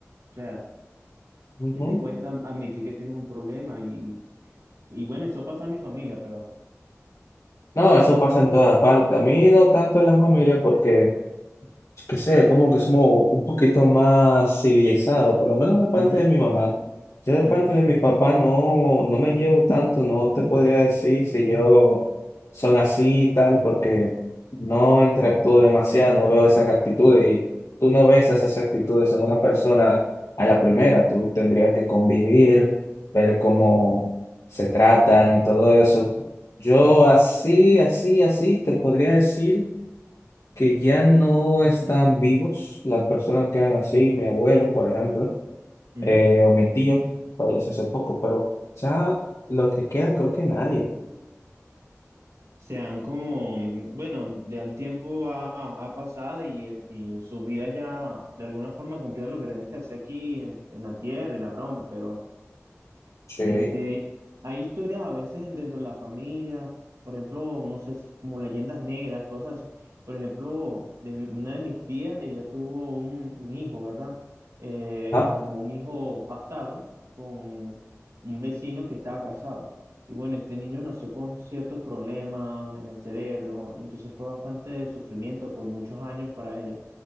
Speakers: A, on the right (about 80°); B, on the left (about 75°).
A: sea,
B: Ujú.
A: ¿qué te cuesta admitir que tienes un problema? Y, y bueno, eso pasa en mi familia, pero...
B: No, eso pasa en todas partes. A mí no tanto en la familia porque... yo qué sé, como que somos un poquito más civilizados, por lo menos de parte
A: Ujú,
B: de mi mamá. Yo de
A: ujú,
B: parte de mi papá no, no me llevo tanto, no te podría decir si yo son así y tal, porque no interactúo demasiado, no veo esas actitudes y tú no ves esas actitudes en una persona a la primera, tú tendrías que convivir, ver cómo se tratan y todo eso. Yo así, así, así te podría decir que ya no están vivos las personas que eran así, mi abuelo, por ejemplo,
A: ujú.
B: eh, o mi tío, falleció hace poco, pero ya los que quedan creo que nadie.
A: sean como, mm, bueno, ya el tiempo ha, ha- pasado y, eh, y sus vidas ya de alguna forma cumplieron lo que tenían que hacer aquí en, en la tierra y la broma, pero...
B: Sí.
A: Este, hay historias a veces dentro de la familia, por ejemplo, no sé si como leyendas negras, cosas así. Por ejemplo, de una de mis tías, ella tuvo un, un hijo, ¿verdad? Eh,
B: Ajá.
A: como un hijo bastardo con un vecino que estaba casado. Y bueno, este niño nació con ciertos problemas en el cerebro, entonces fue bastante sufrimiento por muchos años para ella.